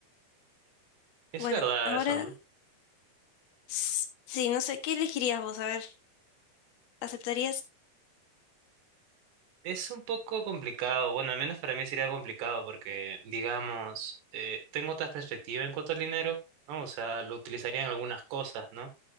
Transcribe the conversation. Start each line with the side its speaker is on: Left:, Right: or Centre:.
Right: es
Left: Bueno,
Right: verdad
Left: ahora
Right: eso, ¿no?
Left: s- sí, no sé, ¿qué elegirías vos? A ver, ¿aceptarías?
Right: Es un poco complicado, bueno, al menos para mí sería complicado porque, digamos, eh, tengo otra perspectiva en cuanto al dinero, ¿no? O sea, lo utilizaría en algunas cosas, ¿no?